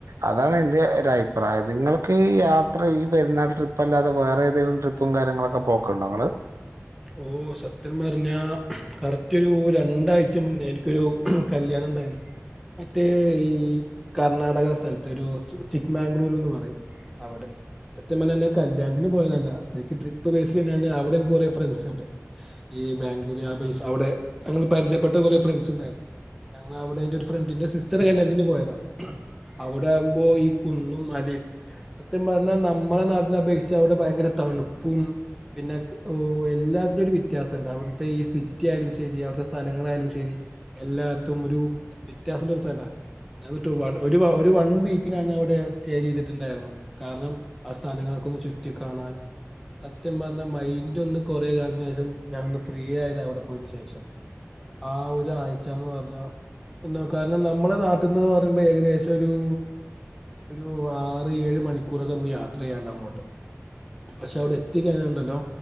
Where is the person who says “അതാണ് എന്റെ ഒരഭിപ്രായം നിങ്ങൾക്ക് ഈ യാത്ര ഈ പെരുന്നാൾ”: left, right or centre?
Right